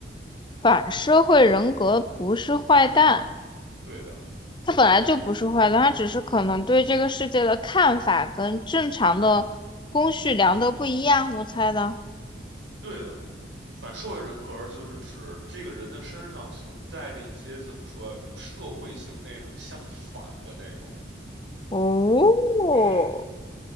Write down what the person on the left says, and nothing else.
反社会人格不是坏蛋。
他本来就不是坏的，他只是可能对这个世界的看法跟正常的公序良德不一样，我猜的。
哦，